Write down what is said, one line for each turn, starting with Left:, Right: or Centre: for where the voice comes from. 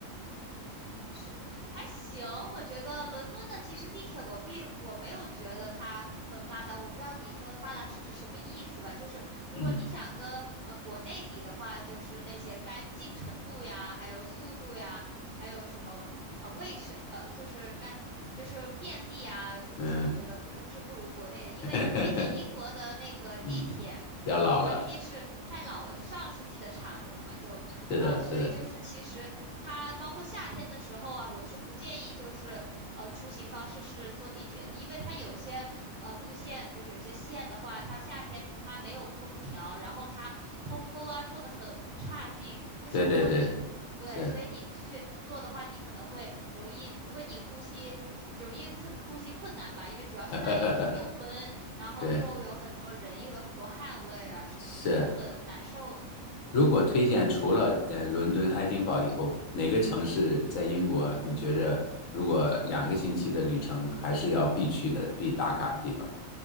Right: 嗯，是，还行。我觉得伦敦的其实地铁我并我没有觉得它很发达，我不知道你说的发达是指什么意思吧？就是如果你想跟呃国内比的话，
Left: 嗯
Right: 就是那些干净程度呀，还有速度呀，还有什么呃卫生呃就是干就是便利啊，就是我觉得不是不如国内的，
Left: 嗯，
Right: 因为毕竟英国的那个地铁。
Left: <laughs> 嗯，比较老了，
Right: 呃，它毕竟是太老了，是上世纪的产物了嘛，就然后所以就是其实它包括夏天的时候啊，
Left: 是的，是的。
Right: 我是不建议就是呃出行方式是坐地铁的，因为它有些呃路线就是有些线的话，它夏天它没有空调，然后它通风啊做的很差劲，就是如果你对，
Left: 对对对，是，
Right: 所以你去做的话，你可能会容易，如果你呼吸。你就容易特呼吸困难吧，因为主要是那里就又闷，
Left: <laughs>
Right: 然后又有很多人，
Left: 对
Right: 又有很多汗味儿啊什么的，
Left: 是。
Right: 其实很难受的。
Left: 如果推荐除了呃伦敦、爱丁堡以后，哪个城市在英国你觉着如果两个星期的旅程还是要必去的、必打卡的地方？